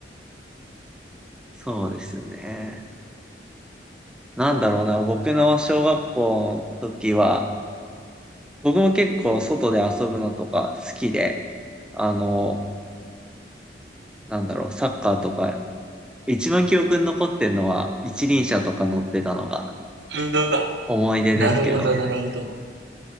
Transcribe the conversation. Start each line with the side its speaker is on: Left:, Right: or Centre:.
Centre: そうですよね。なんだろうな、僕の小学校の時は、僕も結構外で遊ぶのとか好きで、あの、なんだろう、サッカーとか一番記憶に残ってんのは、一輪車とか乗ってたのが
Right: うわ。
Centre: 思い出ですけど、
Right: なるほど、なるほど。